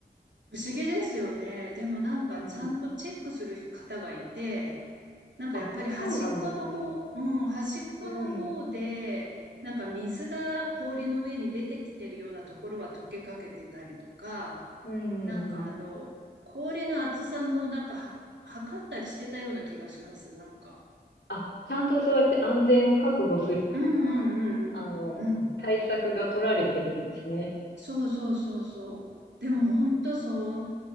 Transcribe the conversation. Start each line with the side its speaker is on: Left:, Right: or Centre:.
Right: 不思議ですよね。でもなんか、
Left: うん。
Right: ちゃんとチェックする方がいて、なんかやっぱり端っこの方、
Left: あ、そうなんですね。
Right: うん、端っこの方で、
Left: うん。
Right: なんか水が氷の上に出てきてるようなところは溶けかけてたりとか、
Left: うんうんうん。
Right: なんかあの、氷の厚さもなんかは測ったりしてたような気がします、なんか。
Left: あ、ちゃんとそうやって安全を確保するような、
Right: うんうんうんうん。
Left: あの、
Right: うん。
Left: 対策が取られてるんですね。
Right: そうそうそうそう。でも本当そう、